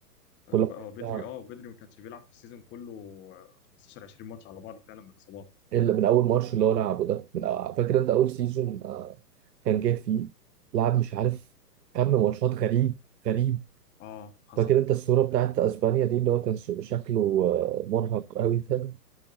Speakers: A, on the left; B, on the right.
A: آه،
B: كل ما
A: بدري
B: يرجع
A: اه بدري ما كانش بيلعب في السيزون كله آه، 15 20 ماتش على بعض فعلا من الاصابات
B: إلا من أول ماتش اللي هو لعبه ده من أ- فاكر أنت أول سيزون آه، كان جه فيه لعب مش عارف كم ماتشات غريب غريب
A: اه حصل
B: فاكر أنت الصورة بتاعت أسبانيا دي اللي هو كان س- شكله آه، مرهق قوي ده